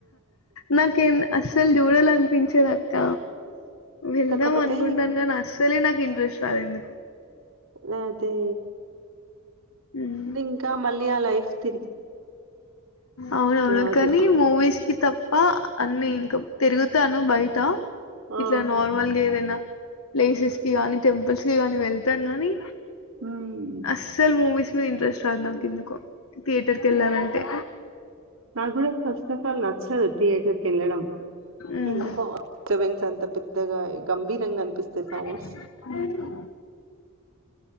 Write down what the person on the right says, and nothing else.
కాకపోతే
వాదే
ఇంకా మళ్ళీ ఆ లైఫ్ తిరిగి
రాదు.
ఆ!
హ్మ్.
నా కూడా ఫస్ట్ ఆఫ్ ఆల్ నచ్చదు థియేటర్ కి కెల్లడం
ఎందుకో అంత పెద్దగా గంభీరంగా అనిపిస్తాయి
సౌండ్స్.